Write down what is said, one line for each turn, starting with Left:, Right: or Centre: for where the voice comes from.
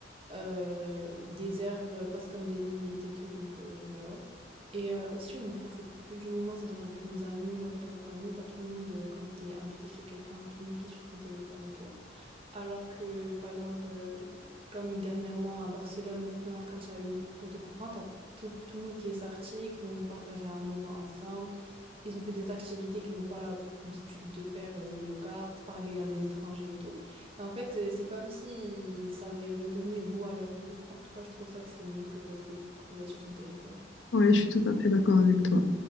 Right: Euh, des heures euh, passent comme des minutes et tout, donc euh, voilà. Et euh, aussi, on ne profite plus du moment, c'est-à-dire avec nos amis ou avec la famille. T'as tout le monde, euh, quand t'es invité chez quelqu'un, tout le monde qui est sur son téléphone et tout. Alors que, par exemple, euh, comme dernièrement à Barcelone, quand quand il y a eu une coupure de courant, t'as tout, tout le monde qui est sorti, qui ont partagé un moment ensemble. Ils ont fait des activités qu'ils n'ont pas l'habitude de faire, euh, jouer aux cartes, parler à des étrangers et tout. Et en fait, euh, c'est comme si ça avait redonné goût à leur vie. En tout cas, je trouve ça que c'est mieux que rester collé sur son téléphone.
Left: Oui, je suis tout à fait d'accord avec toi.